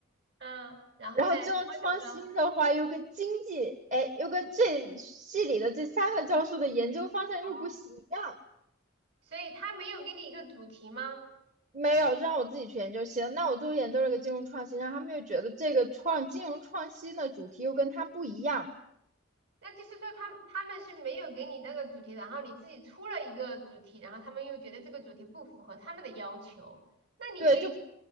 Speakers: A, on the right (about 60°); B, on the right (about 40°).
A: 嗯，然后嘞，
B: 然后金融创新的话又跟经济，
A: 然后怎么着？
B: 哎，又跟这系里的这三个教授的研究方向又不一样，
A: 哦，所以他没有给你一个主题吗？
B: 没有，就让我自己去研究行。那我就研究了个金融创新，然后他们又觉得这个创金融创新的主题又跟它不一样，
A: 那就是说他他们是没有给你那个主题，然后你自己出了一个主题，然后他们又觉得这个主题不符合他们的要求，那你可以，
B: 对，就